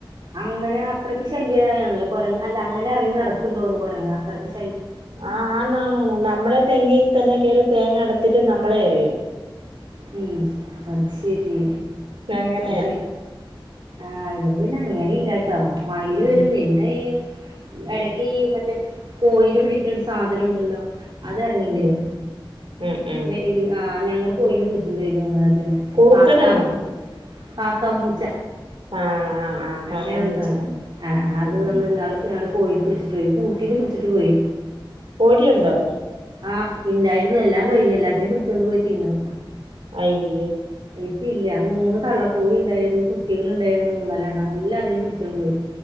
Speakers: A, on the right; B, on the right.
A: അങ്ങനെ അത്രക്ക് ശല്യാ അങ്ങനെ കൊരങ്ങ് അല്ല അങ്ങനെ എറങ്ങി നടക്കുന്നുന്ന് കുരങ്ങ് അത്രക്ക് ശ
B: ആഹ് ആന്നന്നൂ നമ്മളെ തെങ്ങി തന്നെ കേറി തേങ്ങ എട്ത്ത്ട്ട് നമ്മളെ എറിയും.
A: ഉം അത് ശെരി
B: അങ്ങനെയാ
A: അമ്മെ ആഹ് ഇവടെ പിന്നെ അങ്ങനെ ല്ലട്ടോ മയില് ചെരും
B: ഉം
A: പിന്നെ ഈ എടക്കീ മറ്റേ കോഴി നെ പിടിക്ക്ണൊരു സാധനണ്ടല്ലോ അത് എറങ്ങി
B: ഉം
A: വെരും
B: ഉം ഉം
A: വെ <unintelligible> ആ ഞങ്ങളെ കോഴിനെ പിടിച്ചൊണ്ടേയിനു <unintelligible>
B: കുറുക്കനാണോ
A: പാക്കാം പാക്കാം പൂച്ച.
B: ആഹ് ആഹ് ആഹ്
A: അങ്ങനൊരു
B: കാക്കാൻ പൂച്ച
A: സാധനം ആഹ് ആഹ് അത്
B: ഉം
A: വന്ന്
B: ഉം
A: ഇന്നാള് പൊ ഞങ്ങടെ കോയിനെ പിടിച്ചിട്ട് പോയി കൂട്ടീന് പിടിച്ചിട്ട് പോയി.
B: കോഴിയുണ്ടോ?
A: ആഹ് ഇണ്ടായിര്ന്നു എല്ലാം കഴിഞ്ഞു എല്ലാത്തിനും പിടിച്ചൊണ്ട്പോയി തിന്നു.
B: അയ്യോ
A: ഇപ്പില്ല്യ മൂന്ന് തള്ള കോഴി ണ്ടായിര്ന്നു കുട്ടികള്ണ്ടായിര്ന്നു മൂന്നാലെണ്ണം എല്ലാതിനിം പിടിച്ചൊണ്ട് പോയി.